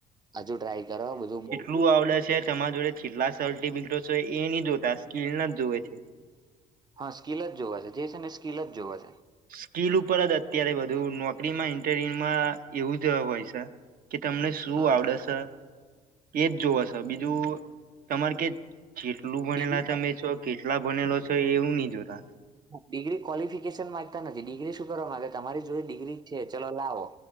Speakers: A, on the right; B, on the right.
A: હજુ ટ્રાય કરો બધું બ-
B: શું આવડે છે તમારા જોડે જેટલા સલ્ટિ હોય એ નહી જોતા સ્કીિલના જ જોવે છે.
A: હા સ્કીલ જ જોવા છે જે છે ને સ્કીલ જ જોવ છે.
B: સ્કીિલ ઉપર જ અત્યારે બધું નોકરીમાં ઇન્ટરવ્યુમાં એવું જ હોય છે. કે તમને શું
A: હા
B: આવડેશે એજ જોવશે બીજું તમારે કે- કેટલું બનેલા
A: ડિગ્રી
B: તમે છો કેટલા બનેલો છો એવું નહી જોતા-
A: ડિગ્રી ક્વોલિફિકેશન માંગતા નથી ડિગ્રી શું કરવા માંગતા તમારી જોઈ ડિગ્રી છે ચલો લાવો-